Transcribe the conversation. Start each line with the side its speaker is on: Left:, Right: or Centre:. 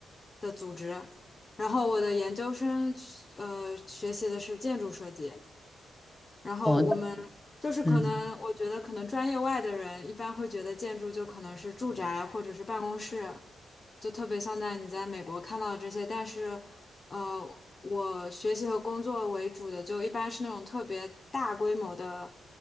Left: 的组织。然后我的研究生去呃学习的是建筑设计，然后我们就是可能，
Centre: 哦，那嗯。
Left: 我觉得可能专业外的人一般会觉得建筑就可能是住宅或者是办公室，就特别像在你在美国看到的这些。但是，呃，我学习和工作为主的就一般是那种特别大规模的，